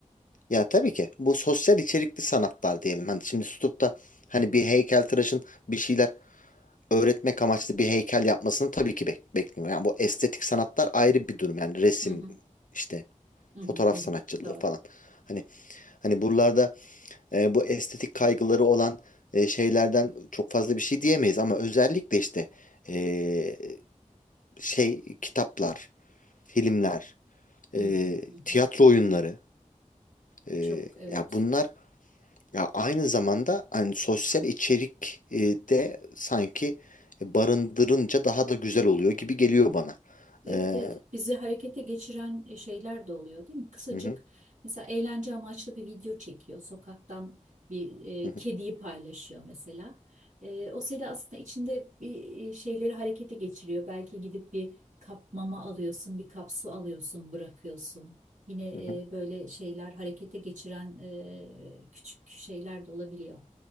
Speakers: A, on the left (about 80°); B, on the right (about 70°).
A: Ya tabii ki bu sosyal içerikli sanatlar diyelim. Hani şimdi tutup da hani bir heykeltıraşın bir şeyler öğretmek amaçlı bir heykel yapmasını tabii ki bek bekliyor. Yani bu estetik sanatlar ayrı bir durum. Yani resim
B: Hı hı,
A: işte
B: hı
A: fotoğraf
B: hı, hı hı.
A: sanatçılığı
B: Doğru.
A: falan. Hani hani buralarda e, bu estetik kaygıları olan e, şeylerden çok fazla bir şey diyemeyiz ama özellikle işte e, şey kitaplar, filmler, e,
B: Hı hı, hı hı.
A: tiyatro oyunları e,
B: Çok evet.
A: ya bunlar ya aynı zamanda hani sosyal içerik e, de sanki barındırınca daha da güzel oluyor gibi geliyor bana.
B: Evet
A: E,
B: evet bizi harekete geçiren e, şeyler de oluyor değil mi? Kısacık
A: hı hı,
B: mesela eğlence amaçlı bir video çekiyor. Sokaktan bir
A: hı
B: e,
A: hı,
B: kediyi paylaşıyor mesela. E, o seni aslında içinde bir e, şeyleri harekete geçiriyor. Belki gidip bir kap mama alıyorsun, bir kap su alıyorsun, bırakıyorsun. Yine
A: hı hı.
B: e, böyle şeyler harekete geçiren e, küçük şeyler de olabiliyor.